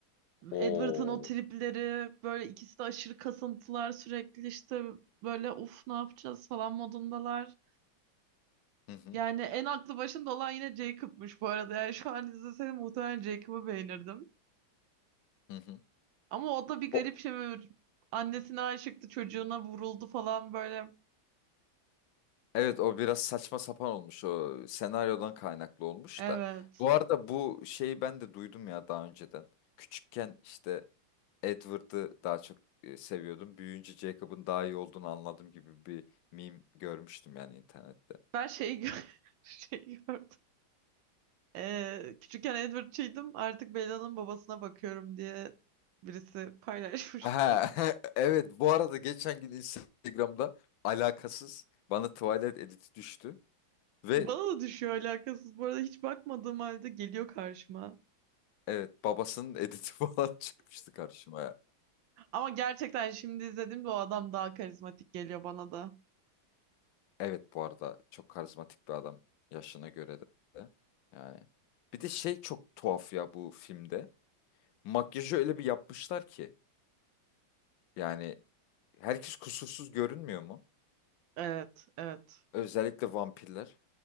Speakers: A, on the left; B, on the right.
A: Oo.
B: Edward'ın o tripleri böyle ikisi de aşırı kasıntılar sürekli işte böyle uf ne yapacağız falan modundalar.
A: Hı hı.
B: Yani en aklı başında olan yine Jacob'muş bu arada. Yani şu an izleseydim muhtemelen Jacob'ı beğenirdim.
A: Hı hı.
B: Ama o da bir garip
A: O,
B: şey. böyle Annesine aşıktı çocuğuna vuruldu falan böyle.
A: evet o biraz saçma sapan olmuş o senaryodan kaynaklı olmuş
B: Evet.
A: da. Bu arada bu şeyi ben de duydum ya daha önceden. Küçükken işte Edward'ı daha çok e, seviyordum. Büyüyünce Jacob'ın daha iyi olduğunu anladım gibi bir meme görmüştüm yani internette.
B: Ben şeyi, gö <laughs> şeyi gördüm. Ee, küçükken Edward'çıydım artık Bella'nın babasına bakıyorum diye birisi paylaşmış.
A: Ha, <laughs> evet bu arada geçen gün Instagram'da alakasız bana Twilight editi düştü ve
B: Bana da düşüyor alakasız. Bu arada hiç bakmadığım halde geliyor karşıma.
A: evet babasının editi <laughs> falan çıkmıştı karşıma ya.
B: Ama gerçekten şimdi izlediğimde o adam daha karizmatik geliyor bana da.
A: Evet bu arada çok karizmatik bir adam yaşına göre de. Yani bir de şey çok tuhaf ya bu filmde. Makyajı öyle bir yapmışlar ki yani herkes kusursuz görünmüyor mu?
B: Evet, evet.
A: Özellikle vampirler.